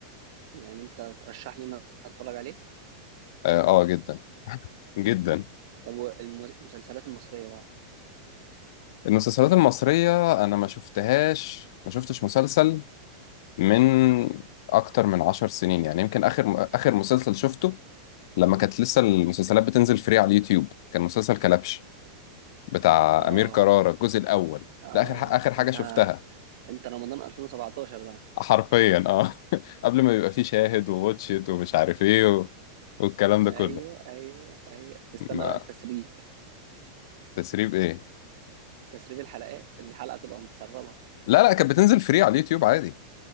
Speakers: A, on the right; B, on the left.
A: يعني انت ترشح لي ان أنا اتفرج عليه
B: اه آه، جدا <laughs> جدا
A: طب المسلسلات المصريه بقى
B: المسلسلات المصرية أنا ما شفتهاش ما شفتش مسلسل من أكتر من عشر سنين يعني يمكن آخر آخر مسلسل شفته لما كانت لسه المسلسلات بتنزل فري على اليوتيوب كان مسلسل كلبش بتاع
A: اه
B: أمير كرارة الجزء الأول
A: اه
B: ده آخر ح- آخر حاجة
A: انت
B: شفتها
A: انت رمضان 2017 ده
B: حرفيا اه <laughs> قبل ما يبقى فيه شاهد وواتشيت ومش عارف ايه و... والكلام ده
A: ايوه
B: كله
A: ايوه ايوه تستنى
B: ما
A: بقى التسريب
B: تسريب ايه
A: تسريب الحلقات إن الحلقه تبقى متسربه
B: لا لا كانت بتنزل فري على اليوتيوب عادي